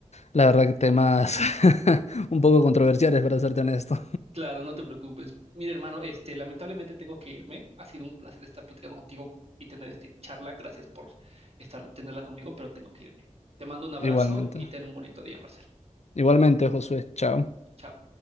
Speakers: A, on the left; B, on the right.
A: la verdad, que temas <laughs> un poco controversiales, para serte honesto.
B: Claro, no te preocupes. Mira, hermano, este, lamentablemente tengo que irme. Ha sido un placer estar platicando contigo y tener esta charla. Gracias por estar, tenerla conmigo, pero tengo que irme. Te mando un abrazo
A: Igualmente.
B: y ten un bonito día, Marcel.
A: Igualmente, Josué. Chao.
B: Chao.